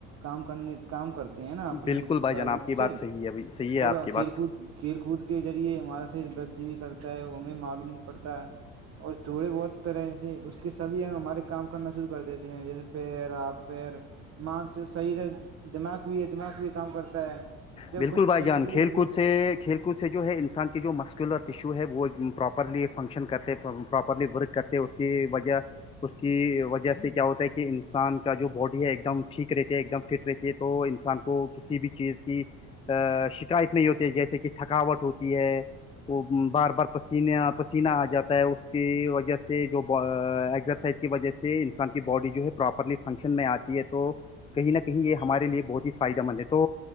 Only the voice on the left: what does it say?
بالکل
بھائی جان آپ
کی
بات صحیح ہے صحیح ہے
آپ کی
بات
بالکل
بھائی
جان
کھیل
کود سے کھیل سے جو ہے انسان کی جو مسکولر ٹیشو ہے وہ پراپرلی فنکشن کرتے پراپرلی ورک کرتے اس کی وجہ اس کی وجہ جیسے کیا ہوتا ہے کہ انسان کا جو باڈی ہے ایک دم ٹھیک رہتی ہے ایک دم فٹ رہتی ہے تو انسان کو کسی بھی چیز کی ا شکایت نہیں ہوتی ہے جیسے کہ تھکاوٹ ہوتی ہے وہ بار بار پسینے پسینہ
آ جاتا ہے اس کی وجہ سے جو ایکسرسائز کی وجہ سے انسان کی باڈی جو ہے پراپرلی فنکشن میں آتی ہے تو کہیں نہ کہیں یہ ہمارے لیے بہت ہی فائدہ مند ہے تو